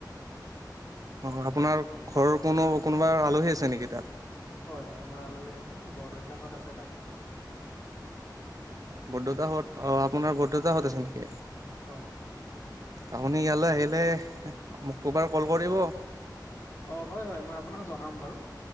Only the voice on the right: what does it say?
অ' আপোনাৰ ঘৰৰ কোনো কোনোবা আলহী আছে নেকি তাত।
বৰদেউতাহঁত অ আপোনাৰ বৰদেউতাহঁত আছে নেকি।
আপুনি ইয়ালৈ আহিলে মোক কবাৰ কল কৰিব।